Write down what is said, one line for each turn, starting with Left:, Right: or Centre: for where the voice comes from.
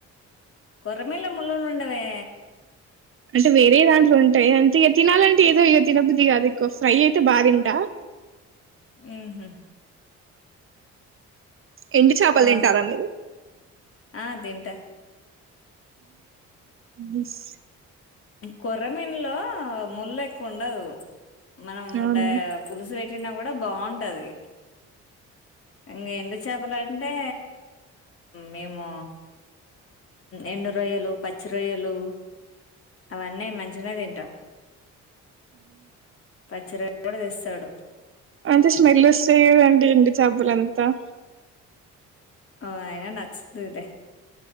Left: కొరమీళ్ళ ముల్లులుండవే
Right: అంటే వేరే దాంట్లో ఉంటాయి అంతే ఇక తినాలంటే ఏదో ఇక తినబది కాదు ఇక్ ఫ్రై అయితే బా తింటా
Left: ఊహు
Right: ఎండి చేపలు
Left: ఓహ్!
Right: తింటారా మీరు
Left: ఆ! తింటా.
Right: ఇ బస్
Left: కొర్రమీన్లో ముల్లెక్కువ ఉండదు మనం
Right: అవునా
Left: డ పులుసు పె చిన గూడా బాగుంటది ఇంగ ఎండు చేపలంటే మేము ఎండు రొయ్యలు పచ్చి రొయ్యలు అవన్నీ మంచిగనే తింటాం. పచ్చి రొయ్యలు గూడా తెస్తాడు.
Right: అంతే స్మెల్ వస్తాయి కదండీ ఎండు చేపలు త
Left: ఆఓ అయినా నచ్చతదులేే